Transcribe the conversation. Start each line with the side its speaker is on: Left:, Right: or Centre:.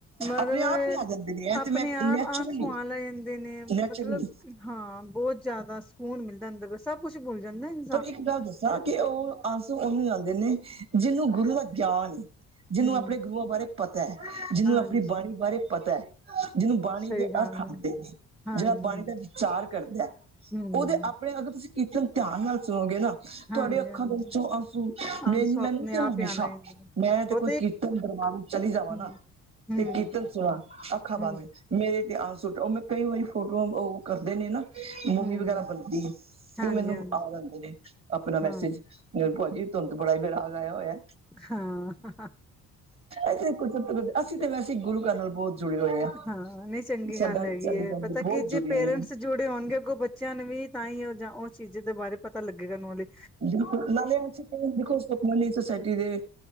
Centre: ਮਤਲਬ
Right: ਆਪਣੇ ਆਪ
Centre: ਇਹ
Right: ਹੀ
Centre: ਮਤ
Right: ਆ ਜਾਂਦੇ ਨੇ ਇਹ
Centre: ਆਪਣੇ
Right: ਤੇ ਮੈਂ
Centre: ਆਪ
Right: ਨੈਚੁਰਲੀ
Centre: ਆਸੂ ਆ ਲੈ ਜਾਂਦੇ ਨੇ। ਮਤਲਬ
Right: ਨੈਚੁਰਲੀ
Centre: ਹਾਂ। ਬਹੁਤ ਜ਼ਿਆਦਾ ਸਕੂਨ ਮਿਲਦਾ ਅੰਦਰ ਬਸ। ਸਭ ਕੁੱਛ ਭੁੱਲ ਜਾਂਦਾ ਜੀ।
Right: ਪਰ ਇੱਕ ਗੱਲ ਦੱਸਾਂ ਕਿ ਉਹ ਅੰਸੂ ਉਹਨੂੰ ਜਾਂਦੇ ਨੇ ਜਿਹਨੂੰ ਗੁਰੂ ਦਾ ਗਿਆਨ ਹੋ। ਜਿਹਨੂੰ
Centre: ਹੂੰ
Right: ਆਪਣੇ ਗੁਰੂਆਂ ਬਾਰੇ ਪਤਾ, ਜਿਹਨੂੰ
Centre: ਹਾਂਜੀ
Right: ਆਪਣੀ ਬਾਣੀ ਬਾਰੇ ਪਤਾ। ਜਿਹਨੂੰ ਬਾਣੀ
Centre: ਸਹੀ
Right: ਦੇ
Centre: ਗੱਲ
Right: ਅਰਥ ਆਂਦੇ
Centre: ਹੈ
Right: ਨੇ।
Centre: ਹਾਂਜੀ
Right: ਜਿਹੜਾ ਬਾਣੀ
Centre: ਹਾਂਜੀ
Right: ਦਾ ਵਿਚਾਰ ਕਰਦਾ।
Centre: ਹੂੰ
Right: ਉਹਦੇ ਆਪਣੇ ਅਗਰ ਤੁਸੀਂ ਕੀਰਤਨ ਧਿਆਨ ਨਾਲ ਸੁਣੋਗੇ ਨਾ।
Centre: ਹਾਂਜੀ
Right: ਤੁਹਾਡੇ ਅੱਖਾਂ
Centre: ਹਾਂਜੀ
Right: ਦੇ ਵਿੱਚੋਂ ਅੰਸੂ ਮੈਨੂੰ
Centre: ਆਂਸੂ ਆਪਣੇ
Right: ਤੇ ਹਮੇਸ਼ਾ।
Centre: ਆਪ ਹੀ ਆਣ ਲੱਗ ਜਾਂਦੇ ਨੇ
Right: ਮੈਂ ਤੇ
Centre: ਉਹ
Right: ਕੋਈ ਕੀਰਤਨ ਦਰਬਾਰ ਚਲੀ ਜਾਵਾਂ
Centre: ਹੂੰ
Right: ਨਾ,
Centre: ਹੂੰ
Right: ਤੇ ਕੀਰਤਨ ਸੁਣਾ, ਅੱਖਾਂ ਬੰਦ।
Centre: ਹੂੰ
Right: ਮੇਰੇ ਤੇ ਆ ਆਸ਼ੂ ਸੁਟ ਉਹ ਮੈਂ ਕਈ ਵਾਰ ਫੋਟੋਆਂ ਕਰਦੇ ਨੇ ਨਾ ਮੂਵੀ
Centre: ਹੂੰ
Right: ਵਗੈਰਾ ਬਣਦੀ ਏ
Centre: ਹਾਂਜੀ
Right: ਤੇ ਉਹ ਮੈਨੂੰ
Centre: ਹਾਂਜੀ
Right: ਆ ਜਾਂਦੇ ਨੇ ਆਪਣਾ ਮੈਸੇਜ।
Centre: ਹਾਂ
Right: ਲੈ ਭਾਜੀ, ਤੁਹਾਨੂੰ ਤੇ ਬੜਾ ਹੀ ਵਿਰਾਗ ਆਇਆ ਹੋਇਆ।
Centre: ਹਾਂ।
Right: ਏਥੇ ਕੋਈ ਚੱਕਰ ਅਸੀਂ ਤਾਂ ਵੈਸੇ ਗੁਰੂ ਘਰ ਨਾਲ ਬਹੁਤ। ਜੁੜੇ ਹੋਏ ਆ
Centre: ਹਾਂ, ਨਹੀਂ ਚੰਗੀ
Right: ਸਾਡਾ
Centre: ਗੱਲ ਹੈਗੀ
Right: ਸਾਡੀ
Centre: ਏ
Right: ਫੈਮਿਲੀ
Centre: ਪਤਾ
Right: ਬਹੁਤ
Centre: ਕੀ
Right: ਜੁੜੀ
Centre: ਜੇ ਪੇਰੈਂਟਸ
Right: ਹੋਈ ਹੈ
Centre: ਜੁੜੇ ਹੋਣਗੇ। ਅੱਗੋਂ ਬੱਚਿਆਂ ਨੂੰ ਵੀ ਤਾਂ ਹੀ ਉਹ ਜਾ ਚੀਜ਼ ਦੇ ਬਾਰੇ ਪਤਾ ਲੱਗੇਗਾ ਨੋਲਜ।
Right: ਬਿਲਕੁਲ ਨਾਲੇ ਅਸੀਂ ਤੇ ਦੇਖੋ ਸੁਖਮਨੀ ਸੋਸਾਇਟੀ ਦੇ